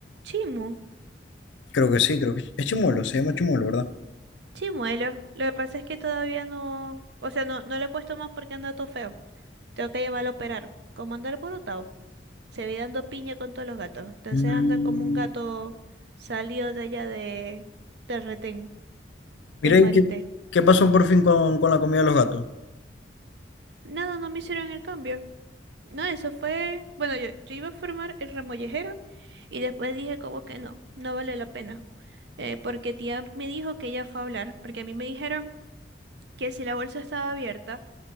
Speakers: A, on the right; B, on the left.
A: Chimu,
B: Creo que sí, creo que es Chimuelo, se llama Chimuelo, ¿verdad?
A: chimuelo. Lo que pasa es que todavía no, o sea, no, no lo he puesto más porque anda todo feo. Tengo que llevarlo a operar. Como anda el borotado, se vi dando piña con todos los gatos. Entonces
B: Mm,
A: anda como un gato salido de allá de, del retén,
B: mira,
A: del marite.
B: ¿y qué, qué pasó por fin con, con la comida de los gatos?
A: Nada, no me hicieron el cambio. No, eso fue, bueno, yo, yo iba a formar el remollejero y después dije como que no, no vale la pena. eh, porque tía me dijo que ella fue a hablar, porque a mí me dijeron que si la bolsa estaba abierta